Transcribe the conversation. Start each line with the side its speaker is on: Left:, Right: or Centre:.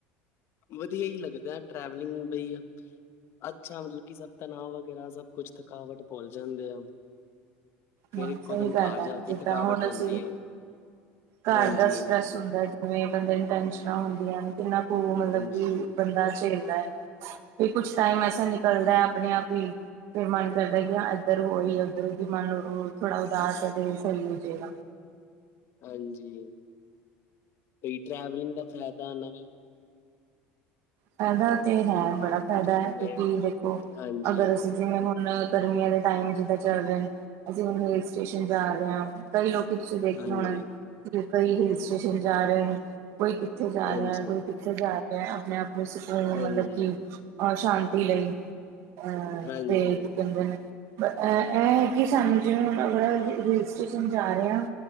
Left: ਵਧੀਆ ਹੀ ਲੱਗਦਾ ਟਰੈਵਲਿੰਗ। ਬਈ ਅੱਛਾ। ਮਤਲਬ ਕਿ ਸਭ। ਤਣਾਅ ਵਗੈਰਾ। ਸਭ ਕੁਛ। ਥਕਾਵਟ ਭੁੱਲ ਜਾਂਦੇ ਆ। ਫੇਰ
Right: ਹਾਂ
Left: ਇੱਕੋ
Right: ਸਹੀ
Left: ਦਮ।
Right: ਗੱਲ
Left: ਘਰ
Right: ਹੈ
Left: ਜਾ ਕੇ
Right: ਜਿੱਦਾਂ
Left: ਥਕਾਵਟ
Right: ਹੁਣ
Left: ਆਉਂਦੀ
Right: ਅਸੀਂ
Left: ਆ।
Right: ਘਰ
Left: ਹਾਂਜੀ,
Right: ਦਾ ਸਟਰ੍ਰੈਸ ਹੁੰਦਾ। ਜਿਵੇਂ ਬੰਦੇ ਨੂੰ ਟੈਸ਼ਨਾਂ ਹੁੰਦੀਆਂ। ਕਿੰਨਾ ਕੁ। ਮਤਲਬ
Left: ਹਾਂਜੀ,
Right: ਕਿ। ਬੰਦਾ ਝੇਲਦਾ ਹੈ। ਤੇ ਕੁਛ ਟਾਈਮ ਐਸਾ ਨਿਕਲਦਾ ਹੈ। ਆਪਣੇ ਆਪ ਹੀ। ਫਿਰ ਮਨ ਕਰਦਾ ਕਿ ਇੱਧਰ ਹੋਈ। ਉੱਧਰ ਦੀ ਮਨ ਥੋੜਾ। ਉਦਾਸ। ਅਤੇ ਸਹੀ ਹੋ ਜਾਵੇਗਾ।
Left: ਹਾਂਜੀ। ਬਈ ਟਰੈਵਲਿੰਗ ਦਾ ਫਾਇਦਾ ਨਾ ਵੇ।
Right: ਫਾਇਦਾ ਤੇ
Left: ਖਾਣ-ਪਾਣ
Right: ਹੈ। ਬੜਾ
Left: ਨੂੰ
Right: ਫਾਇਦਾ
Left: ਜਾਣਦੇ
Right: ਹੈ। ਕਿਉਂਕਿ
Left: ਹਾਂ,
Right: ਦੇਖੋ
Left: ਹਾਂਜੀ,
Right: ਅਗਰ। ਜਿਵੇ ਹੁ ਗਰਮੀਆਂ ਦੇ ਟਾਈਮ ਜਿਦਾ ਚਲ ਰਹੇ। ਅਸੀ ਹੁਣ ਹਿੱਲ ਸਟੇਸ਼ਨ ਜਾ ਰਹੇ ਆ ਕਈ ਲੋਕੀ। ਤੁਸੀਂ ਦੇਖੇ
Left: ਹਾਂਜੀ,
Right: ਹੋਣਾ। ਕਈ ਹਿਲ ਸਟੇਸ਼ਨ ਜਾ ਰਹੇ ਨੇ। ਕੋਈ ਕਿੱਥੇ ਜਾ
Left: ਹਾਂਜੀ।
Right: ਰਿਹਾ। ਕੋਈ ਕਿੱਥੇ ਜਾ ਰਿਹਾ। ਆਪਣੇ ਆਪਣੇ ਸੁਪਨ ਨੂੰ।
Left: ਹਾਂਜੀ,
Right: ਮਤਲਬ ਕਿ। ਅਹ। ਸ਼ਾਂਤੀ ਲਈ। ਅਹ।
Left: ਹਾਂਜੀ,
Right: ਤੇ ਕੀ ਕਹਿੰਦੇ ਨੇ। ਇਹ ਹੈ ਕਿ। ਸਾਨੂੰ ਜਿਵੇਂ। ਹੁਣ ਅਸੀ ਹਿੱਲ ਸਟੇਸ਼ਨ ਜਾ ਰਹੇ ਹਾਂ